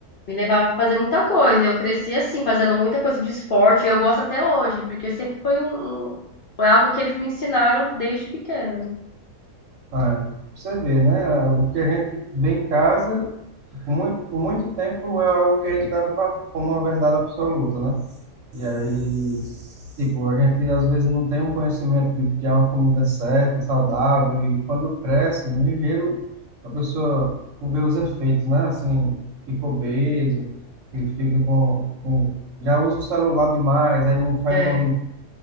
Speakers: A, on the left; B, on the right.
A: me levava pra fazer muita coisa. e Eu cresci assim, fazendo muita coisa de esporte, e eu gosto até hoje, porque sempre foi um, um- foi algo que eles me ensinaram desde pequena, né?
B: ah, você vê, né? O que a gente vê em casa, por muito, por muito tempo, é algo que a gente leva pra, como uma verdade absoluta, né? E aí, tipo, a gente às vezes não tem um conhecimento de que é uma comida certa, saudável, e quando cresce, no ligeiro, a pessoa vê os efeitos, né? Assim, fica obeso, e fica com, com... Já usa o celular demais, aí não faz
A: É,
B: movimento.